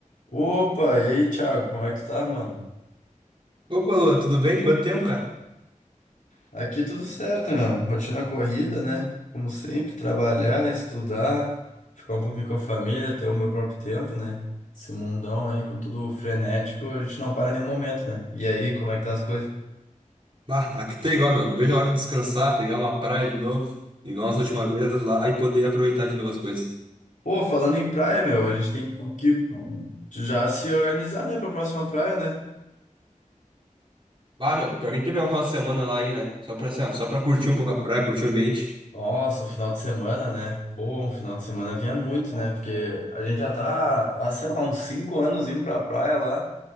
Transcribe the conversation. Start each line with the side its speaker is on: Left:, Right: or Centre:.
Left: Opa, e aí, Thiago, como é que tu tá, mano?
Right: Opa, Lua, tudo bem? Quanto tempo, cara?
Left: Aqui tudo certo, meu. Rotina corrida, né? Como sempre, trabalhar, estudar, ficar um pouquinho com a família, ter o meu próprio tempo, né? Esse mundão aí com tudo frenético, a gente não para em nenhum momento, né? E aí, como é que tá as coisas?
Right: Bah, aqui tá igual, meu. Não vejo a hora de descansar, pegar uma praia de novo, igual nossa última vez lá e poder aproveitar de novo as coisas.
Left: Pô, falando em praia, meu, a gente tem que já se organizar, né, pra próxima praia, né?
Right: Ah, meu, pior que a gente ia pegar um final de semana lá aí, né? Só pra, assim, ó, só pra curtir um pouco a praia, curtir o ambiente.
Left: Nossa, o final de semana, né? Pô, um final de semana vinha muito, né? Porque a gente já tá, há, sei lá, uns cinco anos indo pra praia lá.